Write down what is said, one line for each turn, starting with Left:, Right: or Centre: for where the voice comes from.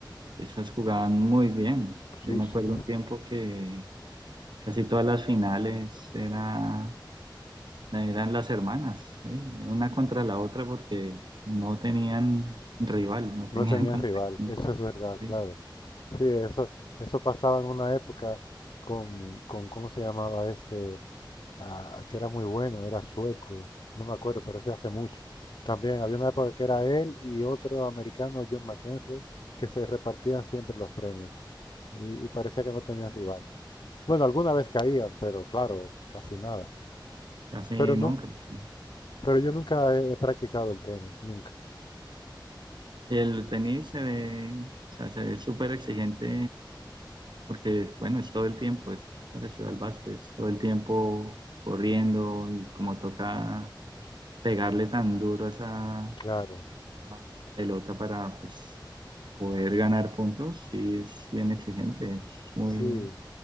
Right: esas jugaban muy bien. Yo
Left: Sí,
Right: me
Left: sí,
Right: acuerdo
Left: sí.
Right: un tiempo que casi todas las finales era Eran las hermanas, ¿sí? Una contra la otra porque no tenían rival, no tenían
Left: No tenían
Right: <laughs> contra
Left: rival,
Right: quién,
Left: eso es verdad,
Right: ¿sí?
Left: claro. Sí, eso, eso pasaba en una época con, con ¿cómo se llamaba este? Ah, que era muy bueno, era sueco, no me acuerdo, pero ese hace mucho. También había una época que era él y otro americano, John McEnroe, que se repartían siempre los premios y, y parecía que no tenían rival. Bueno, alguna vez caían, pero claro, casi nada.
Right: Casi
Left: Pero, nu-
Right: nunca. ¿sí?
Left: pero yo nunca he, he practicado el tenis, nunca.
Right: Sí, el tenis se ve, o sea, se ve súper exigente porque, es- bueno, es todo el tiempo, es parecido al básquet, es todo el tiempo corriendo y como toca pegarle tan duro a esa
Left: Claro,
Right: a pelota para, pues, poder ganar puntos, sí es bien exigente, es muy...
Left: sí.